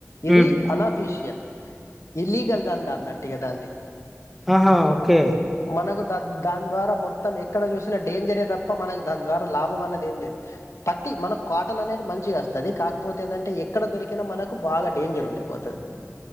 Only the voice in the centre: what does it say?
ఉమ్
ఆహా ఓకే